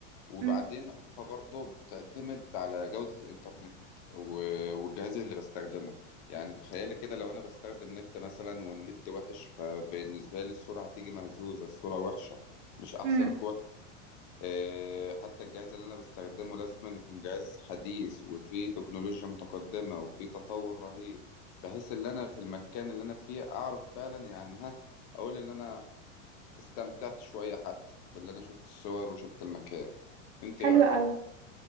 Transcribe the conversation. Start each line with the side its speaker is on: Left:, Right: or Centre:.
Left: وبعدين
Right: امم
Left: برضو بتعتمد على جودة الانترنت و- والجهاز اللي بستخدمه يعني تخيلي كده لو انا بستخدم نت مثلا والنت وحش فبالنسبة لي الصورة هتيجي مهزوزة الصورة وحشة مش احسن
Right: امم
Left: كواليتي آه، حتى الجهاز اللي انا بستخدمه لازم أن يكون جهاز حديث وفيه تكنولوجيا متقدمة وفيه تطور رهيب بحيث ان انا في المكان اللي انا فيه اعرف فعلا يعني ها اقول ان انا استمتعت شوية حتى باللي انا شفت الصور وشفت المكان انت
Right: حلوة
Left: ايه رايك
Right: قوي
Left: في